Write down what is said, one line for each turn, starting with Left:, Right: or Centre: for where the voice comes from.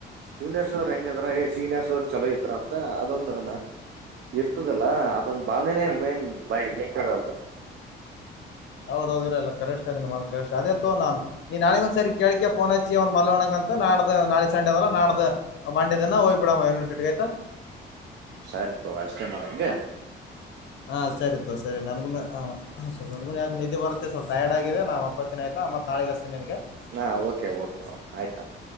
Right: ಜೂನಿಯರ್ಸ್ ಅವ್ರರು ಹೆಂಗಿದ್ರ ಸೀನಿಯರ್ಸ್ ಅವ್ರರು ಚಲೋ ಇದ್ರ ಅಂತ ಅದೊಂದ ಇರ್ತದಲ್ಲಾ ಅದೊಂದ ಭಾವನೆನೇನ್ ಮೇನ್ ಬೈ ಬೇಕಾರದು
Left: ಹೌದೌದು ಇರಲ್ಲ ಕಷ್ಟ್ ಇದ್ದಿ ಮಾಡ ಕ್ ಅದೇ ತತ್ತು ನಾನು ನೀನ್ ನಾಿಗ ಒಂದ್ ಸರಿ ಕೇಳಿಕಕ್ಕೆ ಫೋನ್ ಹಚ್ಚಿ ಅವ್ನ್ ಮಲ್ಣಂಗ ಅಂತ ನಾ್ದ ನಾೆ ಸಂಡೆದಲ್ಲ ನಡ್ದ ಮಂಡೆ ದಿನ ಹೋಗ್ಬ ಬಿಡಮ್ಮ ಯೂನಿವರ್ಸಿಟಿ ಆಯತಾ
Right: ಹ್ಮ್ ಹ್ಮ್ ಸರಿ ತೊಗ ಅಷ್ಟೇ ಮಾಡಗೆ
Left: ಹಾ ಸರಿತ ಸರಿ ನನಗು ನನಗು ಯಾಕ ನ ನಿಧಿ ಬತ್ತೆ ಸ್ವಲ್ ತಯರ್ಡ್ ಆಗಿದೆ ನಮ್ಮಕ್ಕ ಹತ್ತಿನ ಆಯ್ತಾತ್ ನಾಳೆಗಸ್ತೆ ನನ್ಗೆ
Right: ಹಾ ಓಕೆ ಓಕೆ ಆಯ್ತ